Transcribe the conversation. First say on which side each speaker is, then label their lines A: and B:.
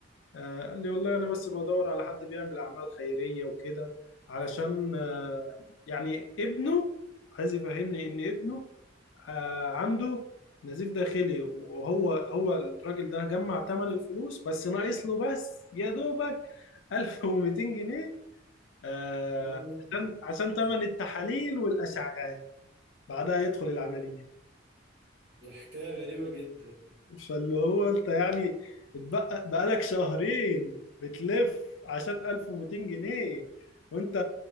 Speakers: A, on the left (about 80°); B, on the right (about 60°).
A: آه، قال لي والله انا بس بدور على حد بيعمل اعمال خيرية وكده علشان آه، يعني ابنه عايز يفهمني ان ابنه آه، عنده نزيف داخلي وهو هو الراجل ده جمع ثمن الفلوس بس ناقص له بس يا دوبك 1200 جنيه آه،
B: اه
A: عشان عشان ثمن التحاليل والاشعاعات بعدها يدخل العمليه
B: دي حكاية غريبة جدا
A: فاللي هو انت يعني اتبقى بقالك شهرين بتلف عشان 1200 جنيه وانت